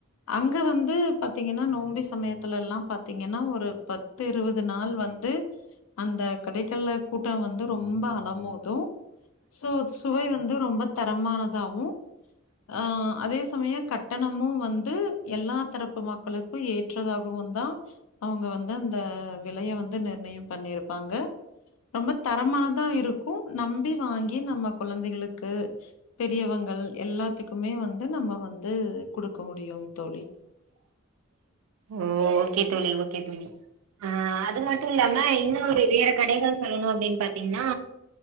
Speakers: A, on the left; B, on the right.
A: அங்க வந்து பாத்தீங்கன்னா நோம்பி சமயத்துல எல்லா பாத்தீங்கன்னா ஒரு பத்து இருபது நாள் வந்து அந்த கடைக்கல்ல கூட்டம் வந்து ரொம்ப அலமோது து சோ சுவை வந்து ரொம்ப தரமானதாகவு அ அதே சமய க ட்டணமு வந்து எல்லா தரப்பு மக்களுக்கு ஏற்றதாகவுந்தா அவுங்க வந்து அந்த விலைய வந்து நிர்ணயம் பண்ணிருப்பாங்க ரொம்ப தரமானதா இருக்கு நம்பி வாங்கி நம்ம குழந்தைகளுக்கு பெரியவங்கள் எல்லாத்துக்குமே வந்து நம்ம வந்து குடுக்க முடியும் தோழி
B: ஓ ஓகே தோழி ஓகே தோழி அ அது மட்டு இல்லாம இன்னு ஒரு வேற கடைகள் சொல்லணு அப்படின்னு பாத்தீங்ன்னா